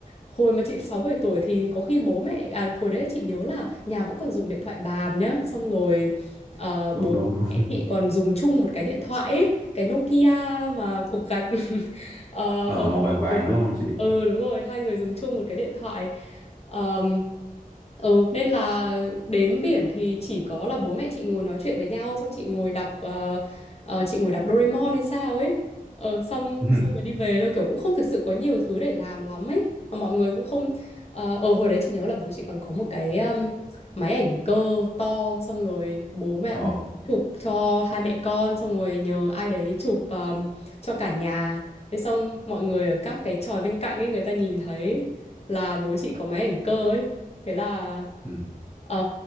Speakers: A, on the left (about 45°); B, in the centre.
A: hồi mà chị 6 7 tuổi thì có khi bố mẹ à hồi đấy chị nhớ là nhà vẫn còn dùng điện thoại bàn nhá xong rồi ờ, bố
B: đúng đúng đúng
A: Mẹ chị còn dùng chung một cái điện thoại ấy, cái Nokia mà cục gạch <laughs> Ờ,
B: ờ,
A: ờ,
B: màu vàng
A: hai
B: vàng
A: người- dùng-
B: đúng không chị
A: ờ, đúng rồi hai người dùng chung một cái điện thoại Ờm, ừ, nên là đến biển thì chỉ có là bố mẹ chị ngồi nói chuyện với nhau xong chị ngồi đọc ờ, ờ, chị ngồi đọc Doraemon hay sao ấy ờ, xong
B: <laughs>
A: xong rồi đi về thôi kiểu cũng không thực sự có nhiều thứ để làm lắm ấy Mà mọi người cũng không ờ ờ, hồi đấy chị nhớ là bố chị còn có một cái um, máy ảnh cơ to xong rồi bố mẹ
B: ờ
A: bố chụp cho hai mẹ con xong rồi nhờ ai đấy chụp um, cho cả nhà Thế xong mọi người ở các cái chòi bên cạnh ấy người ta nhìn thấy là bố chị có máy ảnh cơ ấy. Thế là
B: ừ.
A: ờ,